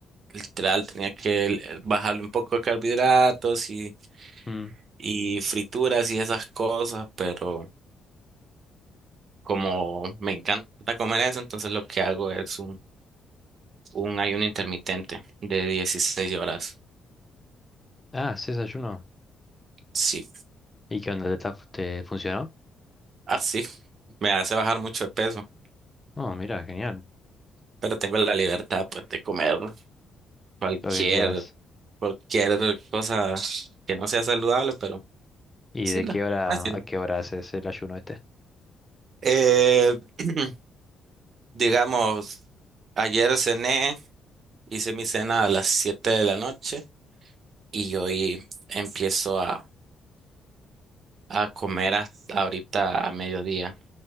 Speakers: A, on the right (about 55°); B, on the left (about 15°).
A: Literal, tenía que l- eh, bajarle un poco de carbohidratos y,
B: Mm.
A: y frituras y esas cosas, pero como me encanta comer eso, entonces lo que hago es un, un ayuno intermitente de 16 horas.
B: Ah, sí, desayuno.
A: Sí,
B: ¿Y qué onda? ¿Te, está- te funcionó?
A: así me hace bajar mucho de peso,
B: Oh, mira, genial,
A: pero tengo la libertad pues, de comer cualquier,
B: lo que quieras.
A: cualquier cosa que no sea saludable, pero
B: ¿Y
A: sí,
B: de
A: la,
B: qué hora
A: me sirve.
B: a qué hora haces el ayuno este?
A: Eh, <clears throat> digamos, ayer cené, hice mi cena a las 7 de la noche y hoy empiezo a, a comer hasta ahorita a mediodía.